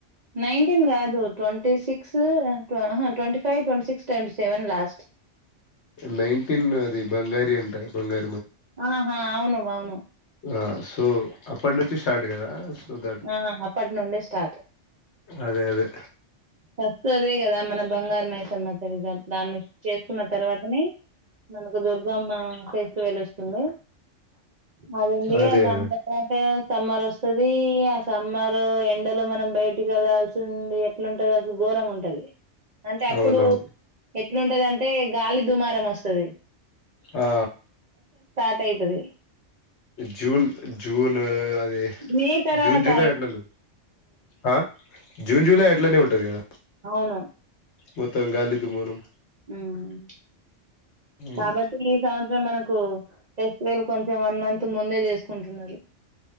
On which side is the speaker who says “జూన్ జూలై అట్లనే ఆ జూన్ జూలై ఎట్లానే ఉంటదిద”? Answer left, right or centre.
Left